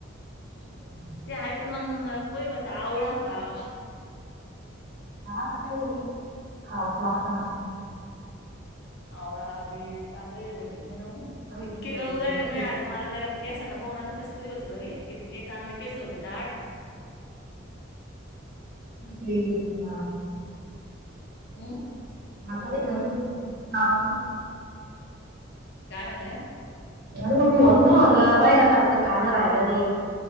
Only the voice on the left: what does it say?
<inaudible>
ते आहे, पण मग कोणी म्हणत आवळा खा?
आवळा, बीट आपल्या इथ भेटत नाही ना ओ,
इतके
गळू राहिले
माय आज मला त्याला केसांना पाहून असं कसतरी होत, लगे इतके चांगले केस होते दाट
हम्.
काय म्हणल्या